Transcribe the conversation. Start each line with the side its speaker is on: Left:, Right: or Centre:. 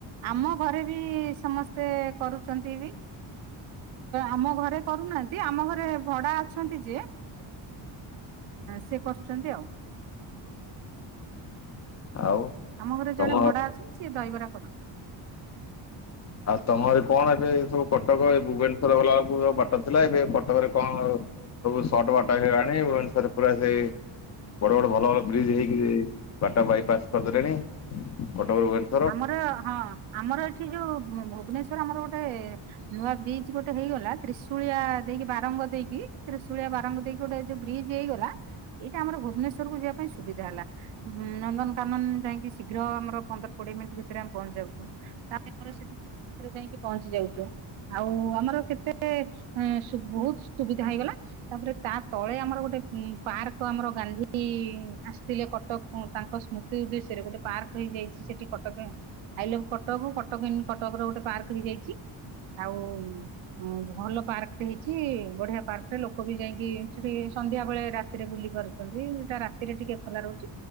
Right: ଆମ ଘରେ ବି ସମସ୍ତେ କରୁଛନ୍ତି ବି ଆମ ଘରେ କରୁନାହାନ୍ତି ଯଦି ଆମ ଘରେ ଭଡା ଅଛନ୍ତି ଯିଏ ସିଏ କରୁଛନ୍ତି ଆଉ
Left: ଆଉ
Right: ଆମ ଘରେ
Left: ତମ
Right: ଜଣେ ଭଡା ଅଛନ୍ତି ସିଏ ଦହିବରା କରନ୍ତି।
Left: ଆଉ ତମର କଣ ଏବେ ସବୁ କଟକ ଏ ଭୁବନେଶ୍ଵର ଗଲା ବେଳକୁ ବାଟ ଥିଲା ଏବେ କଟକରେ କଣ। ସବୁ ସର୍ଟ ବାଟ ହେଇଗଲାଣି ଭୁବନେଶ୍ୱରରେ ପୁରା ସେଇ। ବଡ ବଡ ଭଲ ଭଲ ବ୍ରିଜ୍ ହେଇକି ବାଟ ବାଇପାସ୍ କରିଦେଲେଣି କଟକ ରୁ ଭୁବନେଶ୍ୱର।
Right: ଆମର ହଁ ଆମର ଏଠି ଯୋଉ ଭୁବନେଶ୍ୱର ଆମର ଗୋଟେ ନୂଆ ବ୍ରିଜ ଗୋଟେ ହେଇଗଲା ତ୍ରିଶୁଳିଆ ଦେଇକି ବାରଙ୍ଗ ଦେଇକି ତ୍ରିଶୁଳିଆ ବାରଙ୍ଗ ଦେଇକି ଗୋଟେ। ଯୋଉ ବ୍ରିଜ୍ ହେଇଗଲା। ଏଇଟା ଆମର ଭୁବନେଶୂରକୁ ଯିବା ପାଇଁ ସୁବିଧା ହେଲା ନନ୍ଦନକାନନ ଯାଇକି ଶୀଘ୍ର ଆମର ପନ୍ଦ କୋଡିଏ ମିନିଟ୍ ଭିତରେ ଆମେ ପହଞ୍ଚି ଯାଉଛୁ ତା ସେଠି ଯାଇକି ପହଞ୍ଚି ଯାଉଛୁ ଆଉ ଆମର କେତେ ସୁ ବହୁତ ସୁବିଧା ହେଇଗଲା ତାପରେ ତା ତଳେ ଆମର ଗୋଟେ ଉଁ ପାର୍କ ଆମର ଗାନ୍ଧୀ ଆସିଥିଲେ କଟକ। ହୁଁ ତାଙ୍କ ସ୍ମୃତି ଉଦ୍ଦେଶ୍ୟରେ ଗୋଟେ ପାର୍କ ହେଇଯାଇଛି ସେଠି। କଟକ ଆଇଲେ କଟକ କୁ କଟକ କଟକରେ ଗୋଟେ ପାର୍କ ହେଇଯାଇଛି ଆଉ। ଉଁ ଭଲ ପାର୍କଟେ ହେଇଛି ବଢିଆ ପାର୍କଟେ ଲୋକ ବି ଯାଇକି ସେଠି ସନ୍ଧ୍ୟା ବେଳେ ରାତିରେ ବୁଲି ପାରୁଛି ସେଇଟା ରାତିରେ ଟିକେ ଖୋଲା ରହୁଛି